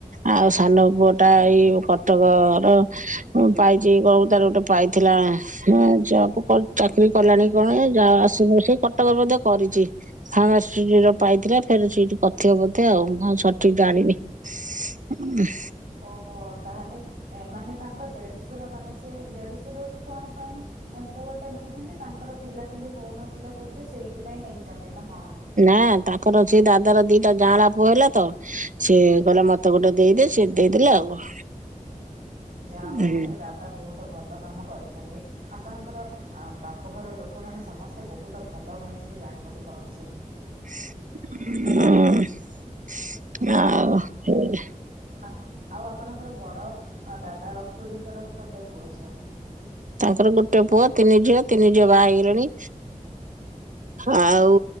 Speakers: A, on the right; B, on the right.
A: ଆଉ ସାନ ପୁଅ ଟା ଏଇ କଟକ ର ମୁଁ ପାଇଚି କଇବ ତାର ଗୋଟେ ପାଇଥିଲା ହେ ଜବ କରୁ ଚାକିରି କଲାଣି। କଣ ଏ ଯା ଆସିବୁ ସେଇ କଟକ ବୋଧେ କରିଚି? ଫମାସ୍ ସିରି ର ପାଇଥିଲା ଫେର ସେଇଠି କଥିବ ବୋଧେ ଆଉ ମୁଁ ଆଉ ସଠିକ ଜାଣିନି। <inaudible>
B: ଓହୋ ତାହେଲେ ଏ ମାନେ ତାଙ୍କ ଦେଢଶୁର ମାନେ ସେ ଦେଢ଼ଶୁରରୁ କଣ ପାଇଁ ପୁଅଟା ନେଇଚନ୍ତି ତାଙ୍କର ପିଲାପିଲି ହୋଉନଥିଲା ବୋଧେ ସେଇଥିପାଇଁ ନେଇଚନ୍ତି ନା କଣ?
A: ନା ତାପର ଅଛି ଦାଦାର ଦିଟା ଜାଆଁଳା ପୁଅ ହେଲା ତ ସିଏ କଇଲା ମତେ ଗୋଟେ ଦେଇଦେ ସେ ଦେଇଦେଲା ଆଉ।
B: ଯାହା ହଉ
A: ହୁଁ
B: ସେ ଦାଦା ବହୁତ ଭଲ କାମ କରିଛନ୍ତି। ଆପଣଙ୍କର ଆ ବାପଘର ଲୋକମାନେ ସମସ୍ତେ ବହୁତ ଭଲ ମୁଁ ଏଥିରୁ ଜାଣିବାକୁ ପାଉଛି।
A: <unintelligible>
B: ଆ ଆଉ ଆପଣଙ୍କର ବଡ଼ ଦାଦା ଓ ଖୁଡ଼ିଙ୍କର କେତେ ପୁଅ ଝିଅ?
A: ତାଙ୍କର ଗୋଟେ ପୁଅ ତିନି ଝିଅ ତିନି ଝିଅ ବାହା ହେଇଗଲେଣି। ଆଉ